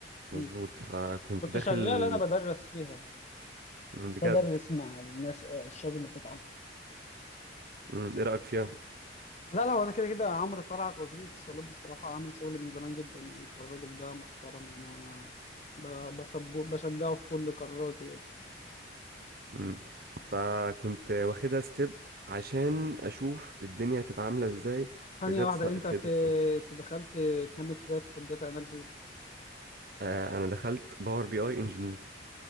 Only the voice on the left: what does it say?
مم.
كنت
شغال انا بدرس فيها
بدرس مع الناس اه الشباب اللي بتتعلم
لا لا هو انا كده كده عمرو طلعت وزير الاتصالات بصراحه عامل شغل من زمان جدا يعني فالراجل ده محترم يعني وانا ب- بسبه بشجعه في كل قراراته يعني
طب ثانيه
واحده انت
في
أنت دخلت كام تراك في الداتا اناليسز